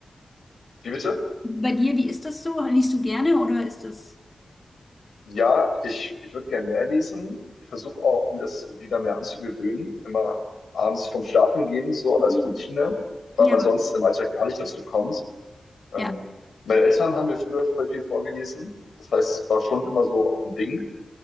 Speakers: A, on the left; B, on the left.
A: wie bitte?
B: Bei dir, wie ist das so? Liest du gerne oder ist das?
A: Ja, ich, ich würde gerne mehr lesen. Ich versuche auch, mir das wieder mehr anzugewöhnen. Immer abends vom Schlafen gehen, so als
B: Mm,
A: Routine, weil
B: Ja,
A: man sonst im Alltag gar nicht dazu kommt. Ähm,
B: ja,
A: meine Eltern haben mir früher voll viel vorgelesen. Das heißt, es war schon immer so auch ein Ding.